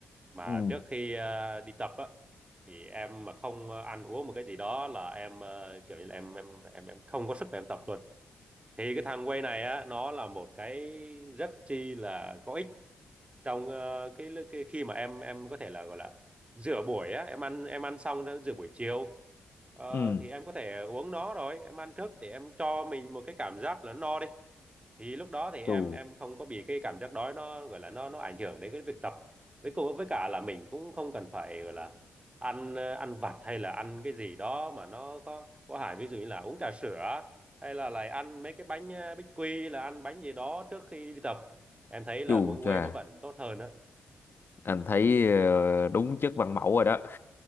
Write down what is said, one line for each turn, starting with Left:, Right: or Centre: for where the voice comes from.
Right: mà
Left: ừ
Right: trước khi ờ, đi tập á thì em mà không ờ, ăn uống một cái gì đó là em ờ, kiểu như là em em em em không có sức để em tập luôn thì cái thằng Way này á nó là một cái rất chi là có ích trong ờ, cái, cái khi mà em em có thể là gọi là rửa buổi á em ăn em ăn xong đã rửa buổi chiều Ờ,
Left: ừ
Right: thì em có thể uống nó rồi em ăn trước để em cho mình một cái cảm giác là no đi thì lúc đó thì em
Left: chù
Right: em không có bị cái cảm giác đói nó gọi là nó nó ảnh hưởng đến cái việc tập với cùng với cả là mình cũng không cần phải gọi là ăn ờ, ăn vặt hay là ăn cái gì đó mà nó có có hại ví dụ như là uống trà sữa hay là lại ăn mấy cái bánh ờ, bích quy là ăn bánh gì đó trước khi đi tập em thấy là
Left: chù
Right: uống whey
Left: chà
Right: nó vẫn tốt hơn á
Left: anh thấy ờ, đúng chất văn mẫu rồi đó